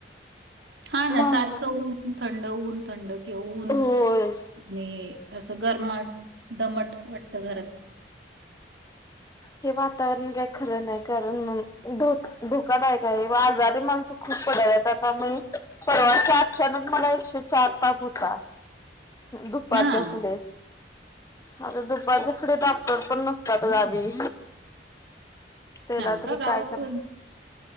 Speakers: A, on the right; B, on the left.
A: हा ना
B: माणसं
A: सारखं होऊन थंड होऊन थंड केऊन
B: होय.
A: आणि असं गरमट दमट वाटतं घरात
B: हे वातावरण काय खरं नाही कारण. धो धोकादायक आहे आजारी माणसं खूप पडला आतामुळे. परवाच अचानक मला एकशे चार तप होता दुपारच्या
A: हां.
B: पुढे आता दुपारच्या पुढे डॉक्टर पण नसतात गादी तेला
A: हां का?
B: तरी
A: गावात
B: काय करा
A: पण?